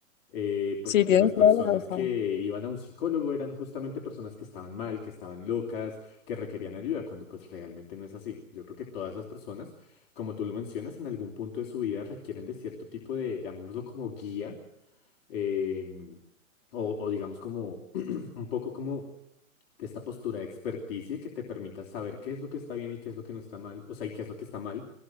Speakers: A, on the left (about 45°); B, on the left (about 65°).
A: Eh, porque
B: Sí,
A: pues
B: tienes
A: las personas
B: toda la razón.
A: que iban a un psicólogo eran justamente personas que estaban mal, que estaban locas, que requerían ayuda, cuando pues realmente no es así. Yo creo que todas esas personas, como tú lo mencionas, en algún punto de su vida requieren de cierto tipo de, llamémoslo como guía eh, o, o digamos como <clears throat> un poco como de esta postura de experticia que te permita saber qué es lo que está bien y qué es lo que no está mal, o sea, y qué es lo que está mal,